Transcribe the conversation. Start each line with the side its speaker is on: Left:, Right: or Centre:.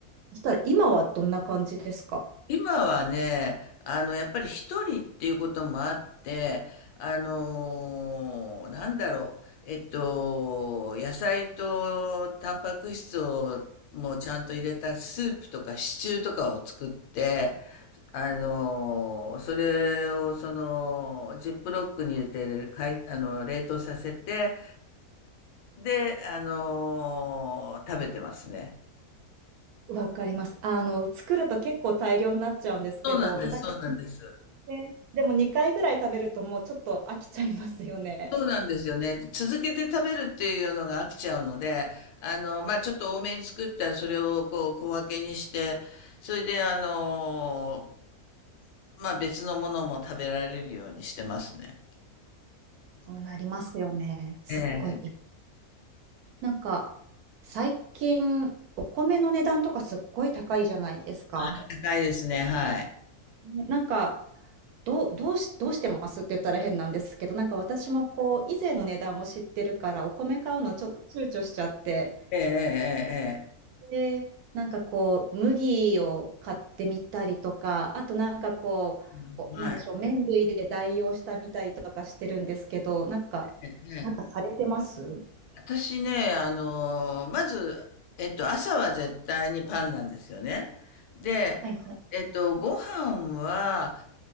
Right: そしたら今はどんな感じですか
Left: 今はね、あの、やっぱり一人っていうこともあって、あのーなんだろう、えっと、野菜とタンパク質をもうちゃんと入れたスープとかシチューとかを作って、あのーそれをその、ジップロックに入れて、かい、あの、冷凍させて、で、あのー食べてますね。
Right: わかります。あの作ると結構大量になっちゃうんですけど、
Left: そうなんです、
Right: なんか
Left: そうなんです。
Right: ね、でも2回ぐらい食べるともうちょっと飽きちゃいますよね。
Left: そうなんですよね。続けて食べるっていうのが飽きちゃうので、あの、まあ、ちょっと多めに作ったらそれをこう小分けにして、それであの、まあ、別のものも食べられるようにしてますね。
Right: そうなりますよね。すっごい。
Left: ええ。
Right: なんか最近お米の値段とかすっごい高いじゃないですか。
Left: あ、高いですね。はい。
Right: ねなんか、どう、どうし、どうしてますって言ったら変なんですけど、なんか私もこう、以前の値段を知ってるから、お米買うのちょっと躊躇しちゃって、
Left: ええ、ええ、
Right: で、なんかこう、麦を買ってみたりとか、あとなんかこう、
Left: ええ。
Right: お、
Left: うんはい。
Right: なんでしょう、麺類で代用したみたりとかしてるんですけど、なんか、
Left: ええ。
Right: なんかされてます
Left: 私ね、あの、まず、えっと、朝は絶対にパンなんですよね。で、
Right: はいはい。
Left: えっと、ご飯は、